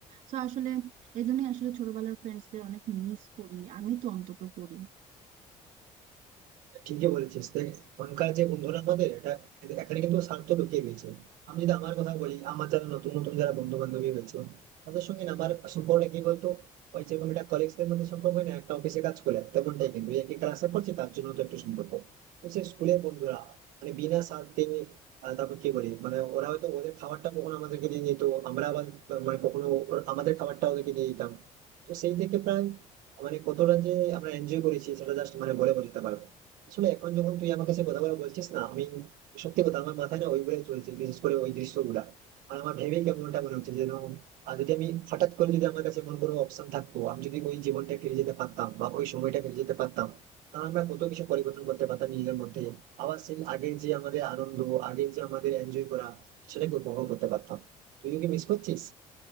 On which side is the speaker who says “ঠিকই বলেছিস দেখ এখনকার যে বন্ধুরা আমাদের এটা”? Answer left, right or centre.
Right